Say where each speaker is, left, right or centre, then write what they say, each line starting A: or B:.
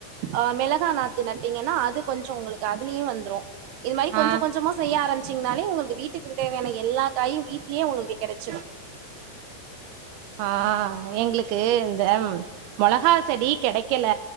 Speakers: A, on the right; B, on the right.
A: அ மிளகா நாத்து நட்டீங்கன்னா அது கொஞ்சோ உங்களுக் கு அதுலியு வந்துரு இது மாரி கொஞ்ச
B: ஆஹ்
A: கொஞ்சமா செய்ய ஆரம்பிச்சிங்னாலே உங்களுக்கு வீட்டுக்கு தேவையான எல்லா காயு வீட்லியே உங்களுக்கு கெடச்சிடு
B: ஆ எங்களுக்கு இந்த மொளகா செடி கெடைக்கல